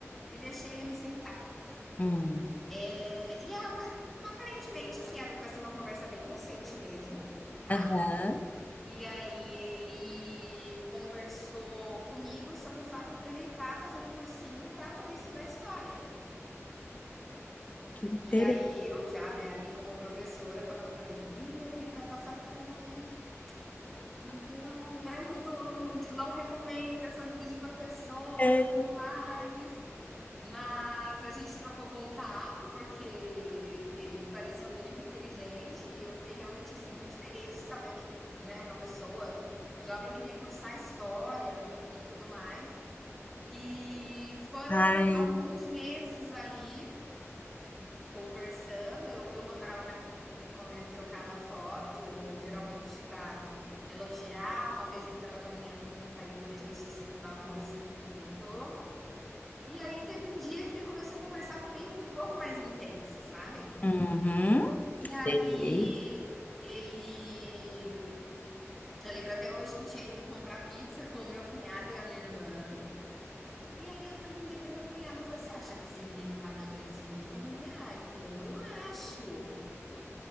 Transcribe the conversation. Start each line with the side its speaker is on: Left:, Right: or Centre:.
Centre: E deixei ele sentar.
Left: hum,
Centre: Eh, e a- aparentemente, assim, era para ser uma conversa bem inocente mesmo, tá?
Left: aham,
Centre: E aí ele conversou comigo sobre o fato dele estar fazendo cursinho para poder estudar história.
Left: que interessante.
Centre: E aí eu já, né, ali como professora, falando para ele: "Ih, meu filho vai passar fome, então não é muito não te não recomendo essa vida de professor
Left: É.
Centre: e tudo mais". Mas a gente trocou contato, porque ele parecia muito inteligente e eu fiquei realmente, assim, muito feliz de saber que, né, uma pessoa jovem queria cursar história e tudo mais. E foram
Left: Ai,
Centre: alguns meses ali conversando, eu, eu mandava mensagem quando ele trocava foto, ou geralmente para elogiar. Uma vez ele estava caminhando com o pai dele, a gente se esbarrou e se cumprimentou. E aí teve um dia que ele começou a conversar comigo um pouco mais intenso, sabe?
Left: uhum,
Centre: E aí
Left: sei.
Centre: ele. Eu lembro até hoje que eu tinha ido comprar pizza com o meu cunhado e a minha irmã. E aí eu perguntei para meu cunhado: você acha que esse menino tá dando em cima de mim? Ele, ai, Teu, eu acho.